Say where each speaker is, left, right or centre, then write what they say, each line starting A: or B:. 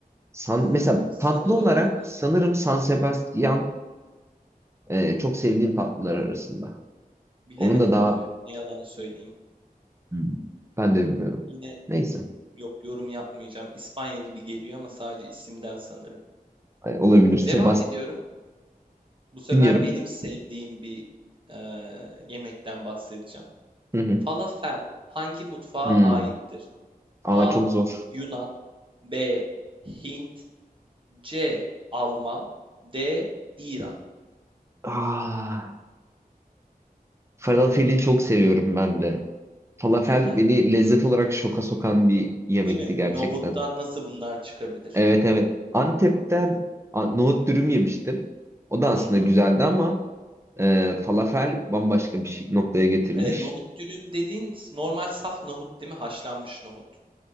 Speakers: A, on the right; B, on the right.
A: San,
B: Ee,
A: mesela
B: sanırım
A: tatlı olarak sanırım San Sebastian e, çok sevdiğim tatlılar arasında.
B: bilemedim
A: Onun da daha
B: abi. Ne yalan söyleyeyim.
A: Hmm. ben de bilmiyorum.
B: Yine
A: Neyse
B: yok yorum yapmayacağım. İspanya gibi geliyor ama sadece isimden sanırım.
A: e, olabilir. Sebastian
B: Devam ediyorum. Bu sefer
A: dinliyorum.
B: benim sevdiğim bir eee, yemekten bahsedeceğim.
A: Hı hı.
B: Falafel hangi mutfağa
A: Hmm.
B: aittir?
A: Aa
B: A.
A: çok zor.
B: Yunan B. Hint C. Alman D. İran.
A: Aa, falafeli çok seviyorum ben de. Falafel
B: Hı hı.
A: beni lezzet olarak şoka sokan bir yemekti
B: Değil mi?
A: gerçekten.
B: Nohuttan nasıl bunlar çıkabilir?
A: Evet evet. Antep'te a- nohut dürüm yemiştim. O da aslında
B: Hı hı.
A: güzeldi ama e, falafel bambaşka bir şey, noktaya getirmiş.
B: E, nohut dürüm dediğin normal saf nohut değil mi? Haşlanmış nohut.